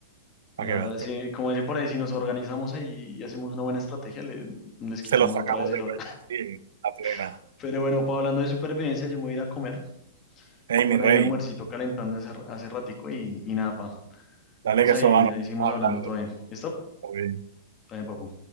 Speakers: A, on the right (about 70°); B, on the left (about 15°).
A: para
B: La
A: que
B: verdad,
A: veas
B: sí,
A: tú.
B: como dicen por ahí, si nos organizamos ahí y hacemos una buena estrategia, le- les quitamos
A: Se los sacamos
B: otra vez el
A: de
B: oro.
A: vuelta, sí, a plena.
B: <laughs> Pero bueno, pa, hablando de supervivencia, yo me voy a ir a comer.
A: Ey,
B: Tengo
A: mi
B: una
A: rey,
B: ahí almuercito calentando hace hace ratico y, y nada, pa.
A: dale
B: Entonces
A: que eso
B: ahí,
A: va,
B: ahí
A: nos
B: seguimos
A: vamos
B: hablando
A: hablando.
B: todo bien. ¿Listo?
A: Todo bien.
B: Está bien, papu.